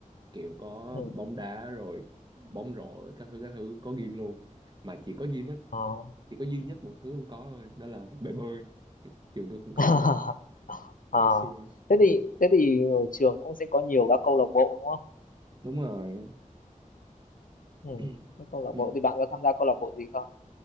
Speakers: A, on the right (about 30°); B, on the left (about 80°).
A: kiểu có
B: Ừ.
A: bóng đá rồi bóng rổ rồi các thứ các thứ có gym luôn mà chỉ có gym á
B: ờ,
A: chỉ có duy nhất một thứ không có thôi đó là bể bơi Thì trường tôi không có
B: <laughs>
A: cái đó
B: À,
A: hơi xui
B: thế
A: ừ
B: thì thế thì ở trường cũng sẽ có nhiều các câu lạc bộ đúng không?
A: đúng rồi
B: Ừ.
A: <clears throat>
B: Các câu lạc
A: ừ.
B: bộ thì bạn có tham gia câu lạc bộ gì không?